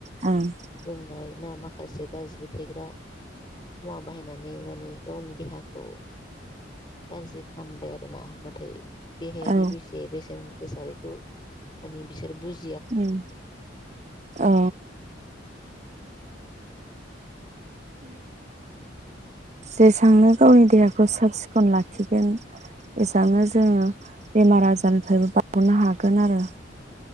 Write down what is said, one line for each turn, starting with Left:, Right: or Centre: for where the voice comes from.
Right: उम
Left: लोंनाय ना माखासे गाज्रि फेग्रा मुवा बाहायनानै माने गावनि देहाखौ गाज्रि खालामबाय आरोना नाथाय देहायादि
Right: औ
Left: बेसे बेसेन गोसा बेखौ माने बिसोर बुजि
Right: उम औ जेसांनो गावनि देहाखौ साब सिखोन लाखि गोन एसांनो जोङो बेमार आजारनिफ्रायबो बा गनो हागोन आरो